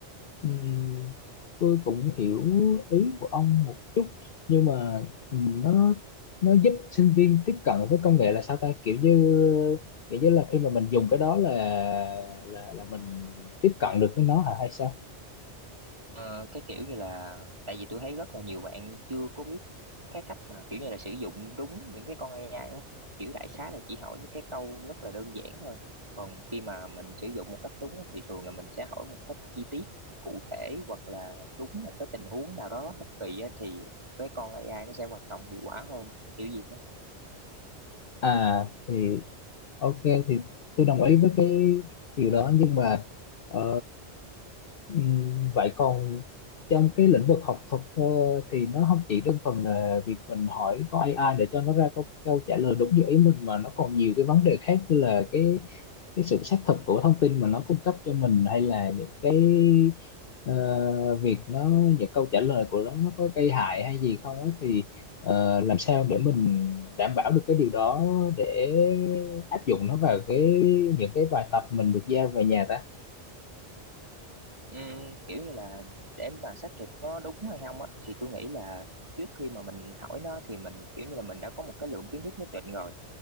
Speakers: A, on the left (about 55°); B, on the right (about 25°).
A: Ừm, tôi cũng hiểu ý của ông một chút nhưng mà ừm, nó nó giúp sinh viên tiếp cận với công nghệ là sao ta kiểu như kiểu như là khi mà mình dùng cái đó là là là mình tiếp cận được với nó hả hay sao?
B: Ờ, cái kiểu như là tại vì tôi thấy rất là nhiều bạn chưa có biết cái cách mà kiểu như là sử dụng đúng những cái con AI á kiểu đại xá là chỉ hỏi những cái câu rất là đơn giản thôi còn khi mà mình sử dụng một cách đúng á, thì thường là mình sẽ hỏi một cách chi tiết cụ thể hoặc là đúng một cái tình huống nào đó bất kỳ á, thì cái con AI nó sẽ hoạt động hiệu quả hơn kiểu gì đó
A: À thì Ok thì tôi đồng ý với cái điều đó nhưng mà ờ, ừm, vậy còn trong cái lĩnh vực học thuật ờ, thì nó không chỉ đơn thuần là việc mình hỏi có AI để cho nó ra câu, câu trả lời đúng như ý mình mà nó còn nhiều cái vấn đề khác như là cái cái sự xác thực của thông tin mà nó cung cấp cho mình hay là những cái ờ, việc nó những câu trả lời của nó nó có gây hại hay gì không ấy thì ờ, làm sao để mình đảm bảo được cái điều đó để áp dụng nó vào cái những cái bài tập mình được giao về nhà ta
B: Ừm, kiểu như là để mà xác thực nó đúng hay không á thì tôi nghĩ là trước khi mà mình hỏi nó thì mình kiểu như là mình đã có một cái lượng kiến thức nhất định rồi